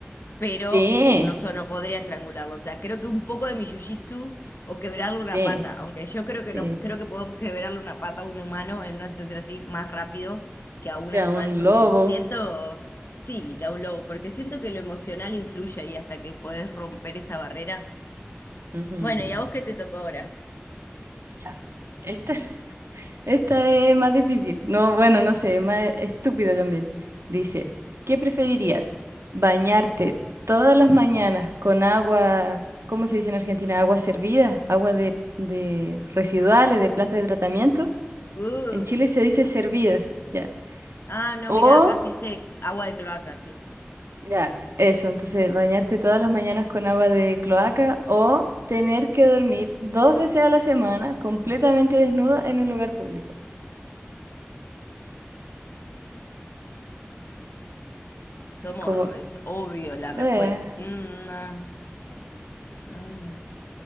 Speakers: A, on the left; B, on the right.
A: pero
B: Sí,
A: un oso no podría estrangularlo. O sea, creo que un poco de mi jiu-jitsu o quebrarle una
B: sí,
A: pata, aunque yo creo que
B: sí.
A: no, creo que puedo quebrarle una pata a un humano en una situación así más rápido que a un
B: Queda
A: animal,
B: un
A: porque
B: lobo.
A: siento, sí, que a un lobo, porque siento que lo emocional influye ahí hasta que podés romper esa barrera.
B: Ujú.
A: Bueno, ¿y a vos qué te tocó ahora?
B: Ya ves. Esta, <laughs> esta es más difícil. No, bueno, no sé, es más estúpida también. Dice, ¿qué preferirías? ¿Bañarte todas las mañanas con agua, ¿cómo se dice en Argentina? Agua servida, agua de, de residuales, de planta de tratamiento.
A: Uh,
B: En Chile se dice servidas, ya.
A: Ah, no,
B: O
A: mira, acá se dice agua de cloaca, sí.
B: Ya, eso, entonces bañarte todas las mañanas con agua de cloaca o tener que dormir dos veces a la semana completamente desnuda en un lugar público.
A: Somos,
B: Es como,
A: es obvio la respuesta.
B: eh,
A: Mm, ah, ah.